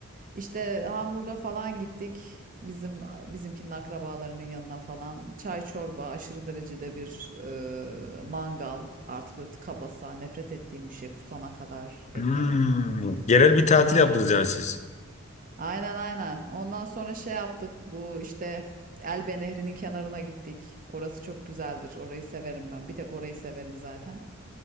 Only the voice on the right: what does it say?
İşte Hamburg'a falan gittik. Bizim bizimkinin akrabalarının yanına falan. Çay çorba, aşırı derecede bir e, mangal. Artık böyle tıka basa nefret ettiğim bir şey. Kusana kadar et
yemek falan.
Maalesef
Aynen aynen. Ondan sonra şey yaptık. Bu işte Elbe Nehri'nin kenarına gittik. Orası çok güzeldir. Orayı severim ben. Bir tek orayı severim zaten.